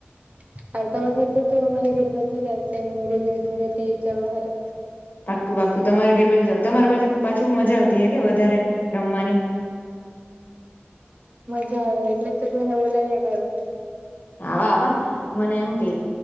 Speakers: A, on the right; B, on the left.
A: <unintelligible> આવતા વરહે તો તું અમારે ઘેર બાજુ જ આવજે હોળી ને ધુળેટી ઉજવા હારું
B: પાંકુ પાંકુ તમારે ઘેર બાજુ જ આવા તમારી બાજુ શું મજા આવતી હે કે વધારે રમવાની
A: બો આવે એટલે તો તને બોલાવી્યા કરૂ
B: આવા આવા મને હુ કે